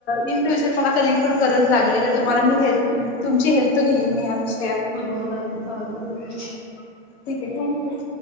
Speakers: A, on the left (about 60°); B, on the left (about 80°).
A: इन फ्युचर मला कधी पण गरज लागली तर तुम्हाला मी हेल्प तुमची हेल्प घेईन मी या विषयी
B: बघ बघ अजून चालूच <unintelligible>
A: ठीक आहे थँक्यू..